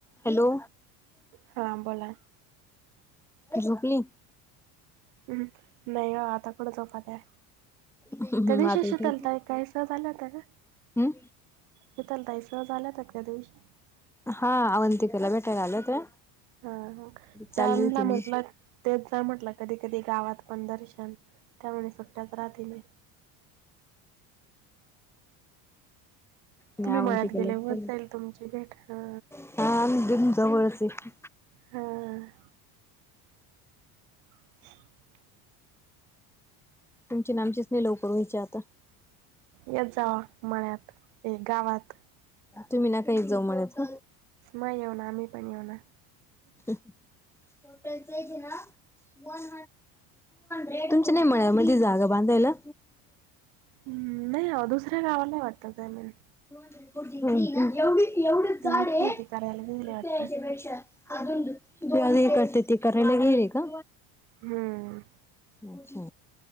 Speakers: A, in the centre; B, on the right.
A: हॅलो.
B: हां बोला.
A: झोपली.
B: हम्म् नाही ओ आता कुड झोपात्याय.
A: आता
B: त्या दिवशी
A: उठली
B: शितल ताई ताई साब आल्या होत्या ना.
A: हम्
B: शितल ताई सहज आल्या होत्या का त्या दिवशी
A: हा अवंतिकेला भेटायला आले होत्या.
B: हा हा
A: चालली
B: त्यांना
A: होती
B: म्हटल देत जा म्हटला कधी कधी गावात पण दर्शन त्यामुळे सुट्ट्याच राहती नाई.
A: मी
B: तुम्ही
A: अवंतिकेला
B: मळ्यात गेले
A: भेटायला
B: होत जाईल तुमची भेट ह
A: <inaudible> हा दिम जवळच आहेत
B: हा अ. <inaudible>
A: तुमची नामची नाही लवकर व्हायच्या आता.
B: येत जावा मळ्यात. ए गावात.
A: तुम्ही नका येत जाऊ मळ्यात
B: म येऊ ना आम्ही पण येऊना.
A: टोटल तेज ना वन हे <inaudible> तुमच्या नाही मळ्या मध्ये जागा बांधायला.
B: म् नाही ओ दुसऱ्या गावाला वाटत काय माहित.
A: हम्म् हम्म एवढी एवढीच जाड
B: ती इथली
A: ये
B: ती करायला गेली
A: ह्यांच्या
B: वाटतं.
A: पेक्षा ते आधी हे करत्या ते करायला गेल का
B: हं.
A: अच्छा